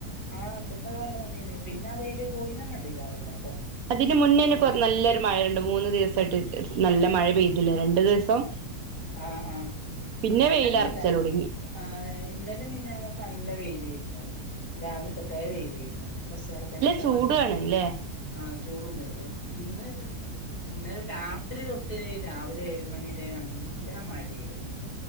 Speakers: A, on the left (about 80°); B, on the right (about 65°).
A: ആ അത്രകൊക്കെ വെള്ളം വന്നീന്നേ പിന്നെ അതെയ്ലേ പോയീന്നെന്നെ കണ്ടീല്ല ആ വെള്ളൊക്കെ
B: അതിന് മുന്നേന്നെ
A: അങ്ങനെ
B: <unintelligible> നല്ലൊരു മഴയുണ്ട് മൂന്ന് ദിവസ് സായിട്ട് നല്ല മഴ പെയ്തിലെ രണ്ടു ദിവസം
A: ആഹ് ആഹ്
B: പിന്നെ വെയിലറച്ചല്
A: അല്ലല്ല
B: തുടങ്ങി
A: ആ അതെ ഇന്നലിം മിഞ്ഞാന്നൊക്കെ നല്ല വെയിലേര്ന്ന് രാവിലെ തൊട്ടേ വെയിലേര്ന്നു ബസ്കളൊക്കെ എല്ലാം
B: ചൂടാണ്
A: നല്ല പോലെ
B: ല്ലേ
A: ആ ചൂടൂണ്ടായിരുന്ന് ഇന്ന് ഇന്നലെ രാത്രി തൊട്ട് രാവിലെ ഏഴുമണി വരെ ന ല്ല മഴയ്ത്